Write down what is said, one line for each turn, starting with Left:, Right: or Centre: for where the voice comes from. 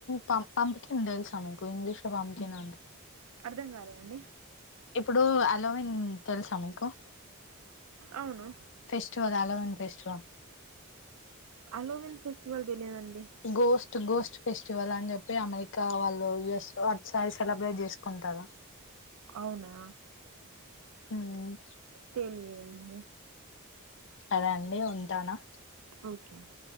Left: పం పంపికిన్ తెలుసా మీకు ఇంగ్లీష లో పంపికిన్ అంటే
Right: అర్ధం కాలేదండి
Left: ఇప్పుడు అలోవిన్ తెలుసా మీకు
Right: అవును
Left: festival Halloween festival
Right: Halloween festival తెలియన్
Left: గోస్ట్ గోస్ట్ ఫెస్టివల్ అని జెప్పి అమెరికా వాళ్ళు యుఎస్ లో అటుసైడ్ సెలబ్రేట్ జేస్ కొంతారా
Right: అవునా
Left: ఉమ్
Right: తెలియదండి
Left: సరే అండి ఉంటానా
Right: ఓకే అండి